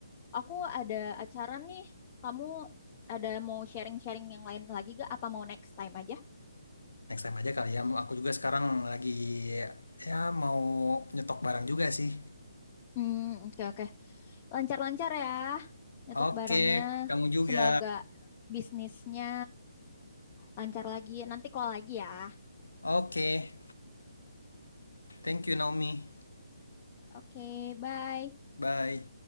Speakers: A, on the left (about 30°); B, on the left (about 80°).
A: aku ada acara nih. Kamu ada mau sharing-sharing yang lain lagi gak? Apa mau next time aja?
B: Next time aja kali ya. Aku juga sekarang lagi ya mau nyetok barang juga sih.
A: Hmm, oke oke. Lancar-lancar ya, nyetok
B: Oke,
A: barangnya.
B: kamu juga.
A: Semoga bisnisnya lancar lagi. Nanti call lagi ya.
B: Oke. Thank you Naomi.
A: Oke, bye.
B: Bye.